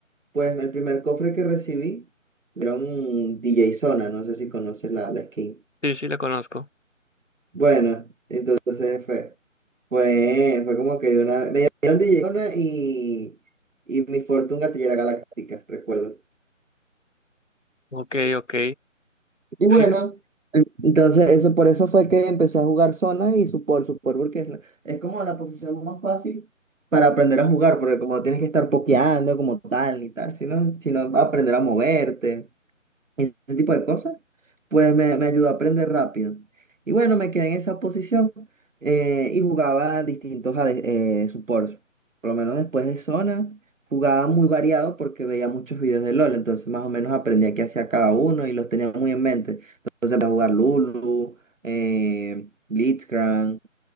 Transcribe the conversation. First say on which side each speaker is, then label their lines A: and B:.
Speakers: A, on the right; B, on the left.
A: Pues el primer cofre que recibí era un DJ Zona, no sé si conoces la, la skin.
B: Sí, sí, la conozco.
A: Bueno, entonces fue, fue, fue como que una, me dieron DJ Zona y, y mi Fortune Gatillera Galáctica, recuerdo.
B: Ok, ok.
A: Y bueno,
B: Fíjate.
A: entonces eso por eso fue que empecé a jugar Zona y Support, Support, porque es, la- es como la posición más fácil para aprender a jugar, porque como no tienes que estar pokeando como tal y tal, sino, sino aprender a moverte. ese tipo de cosas, pues me, me ayudó a aprender rápido. Y bueno, me quedé en esa posición eh, y jugaba distintos AD eh, supports. Por lo menos después de zona, jugaba muy variado porque veía muchos videos de LOL, entonces más o menos aprendía qué hacía cada uno y los tenía muy en mente. Entonces empecé a jugar Lulu, eh, Blitzcrank,